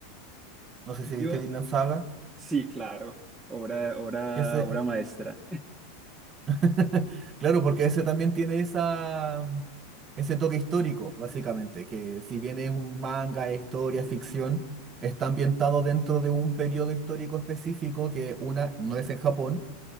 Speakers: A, on the right; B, in the centre.
A: No sé
B: Yo,
A: si viste Vinland Saga.
B: sí, claro, obra, obra,
A: Ese...
B: obra maestra.
A: <laughs> Claro, porque ese también tiene esa... mm, ese toque histórico, básicamente, que si bien es un manga, es historia, ficción, está ambientado dentro de un periodo histórico específico que una no es en Japón